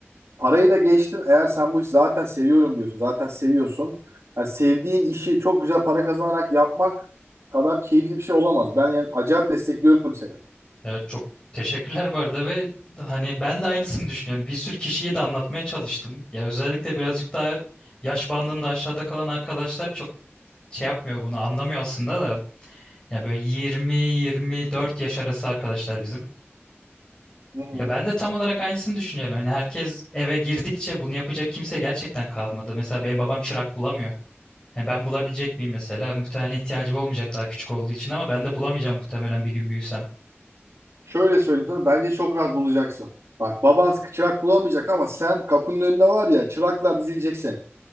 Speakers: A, on the right; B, on the left.
A: Parayı da geçtim. Eğer sen bu işi zaten seviyorum diyorsun, zaten seviyorsun. Yani sevdiğin işi çok güzel para kazanarak yapmak kadar keyifli bir şey olamaz. Ben yani acayip destekliyorum seni.
B: ya çok teşekkürler bu arada ve hani ben de aynısını düşünüyorum. Bir sürü kişiye de anlatmaya çalıştım. Ya özellikle birazcık daha yaş bandında aşağıda kalan arkadaşlar çok şey yapmıyor bunu anlamıyor aslında da. Ya böyle 20-24 yaş arası arkadaşlar bizim.
A: Hı hı.
B: Ya ben de tam olarak aynısını düşünüyorum. Yani herkes eve girdikçe bunu yapacak kimse gerçekten kalmadı. Mesela benim babam çırak bulamıyor. Yani ben bulabilecek miyim mesela? Muhtemelen ihtiyacım olmayacak daha küçük olduğu için ama ben de bulamayacağım muhtemelen bir gün büyüsem.
A: Şöyle söyleyeyim sana bence çok rahat bulacaksın. Bak baban çırak bulamayacak ama sen kapının önünde var ya çıraklar dizilecek senin.